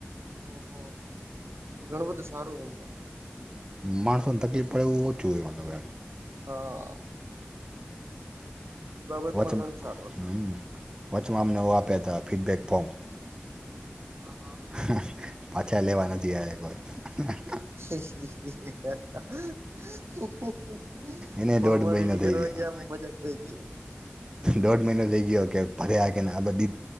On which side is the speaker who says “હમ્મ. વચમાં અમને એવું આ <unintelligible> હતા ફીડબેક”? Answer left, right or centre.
Right